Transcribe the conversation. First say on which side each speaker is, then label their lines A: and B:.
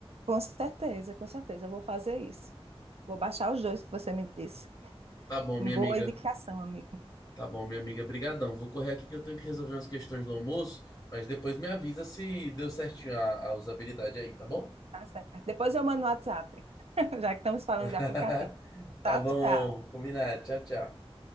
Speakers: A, on the right (about 80°); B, on the left (about 25°).
A: com certeza, com certeza, eu vou fazer isso. Vou baixar os dois que você me disse.
B: Tá bom,
A: Boa
B: minha amiga.
A: indicação, amigo.
B: Tá bom, minha amiga. Brigadão. Vou correr aqui que eu tenho que resolver umas questões do almoço, mas depois me avisa se deu certinho a a usabilidade aí, tá bom?
A: Tá certo. Depois eu mando no WhatsApp, <laughs> já que estamos falando
B: <laughs>
A: de aplicativo.
B: Tá
A: Tchau,
B: bom,
A: tchau.
B: combinado. Tchau, tchau.